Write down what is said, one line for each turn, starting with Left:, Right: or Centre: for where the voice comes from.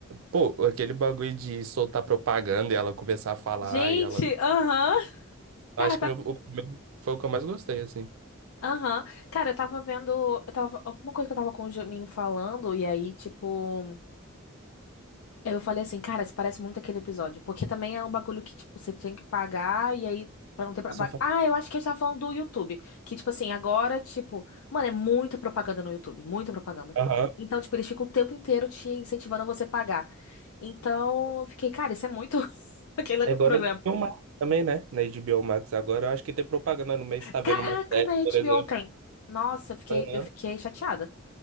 Right: Pô, aquele bagulho de soltar propaganda e ela começar a falar
Left: Gente,
Right: e ela.
Left: aham. Cara,
Right: Acho que
Left: tá.
Right: o meu- o primeiro foi o que eu mais gostei, assim.
Left: Aham. Cara, eu tava vendo. Eu tava... Alguma coisa que eu tava com o Juninho falando, e aí, tipo. Eu falei assim, cara, isso parece muito aquele episódio. Porque também é um bagulho que, tipo, você tem que pagar e aí, pra não ter... pra-
Right: Eu Só faz-
Left: Ah, eu acho que a gente tava falando do YouTube. Que, tipo assim, agora, tipo... Mano, é muita propaganda no YouTube. Muita propaganda.
Right: Aham.
Left: Então, tipo, eles ficam o tempo inteiro te incentivando a você pagar. Então, eu fiquei, cara, isso é muito... <laughs> Aquele
Right: É igual
Left: programa.
Right: na HBO Max também, né? Na HBO Max agora, eu acho que tem propaganda no mês, tá
Left: Caraca,
Right: vendo uma série,
Left: na HBO
Right: por exemplo.
Left: tem. Nossa, eu fiquei,
Right: Aham.
Left: eu fiquei chateada.